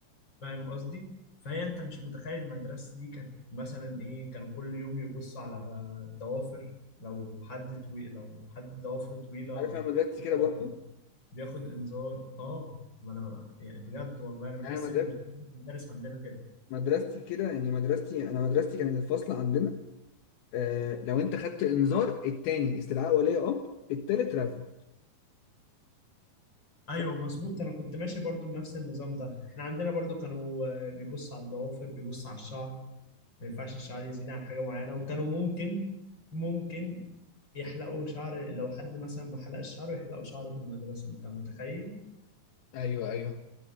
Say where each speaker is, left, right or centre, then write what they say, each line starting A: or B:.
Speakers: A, on the left; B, on the left.
A: فاهم قصدي؟ فهي أنت مش متخيل المدرسة دي كانت مثلا إيه كان كل يوم يبصوا على الضوافر لو حد طويل لو حد ضوافره طويلة
B: عارف انا مدرستي كده
A: بياخد
B: برضو
A: بياخد إنذار آه ما أنا يعني بجد والله أنا بحس
B: يعني انا
A: إن مش دايما المدارس عندنا كده
B: مدرستي كده يعني مدرستي انا مدرستي كان الفصل عندنا آه لو انت خدت انذار التاني استدعاء ولي امر التالت رفض ف-
A: ايوه مظبوط انا كنت ماشي برضو بنفس النظام ده احنا عندنا برضو كانوا آه، بيبصوا على الضوافر بيبصوا على الشعر ما ينفعش الشعر يزيد عن حاجة معينة وكانوا ممكن ممكن يحلقوا شعر لو حد مثلا ما حلقش شعره يحلقوا شعره في المدرسة انت متخيل؟
B: ايوه ايوه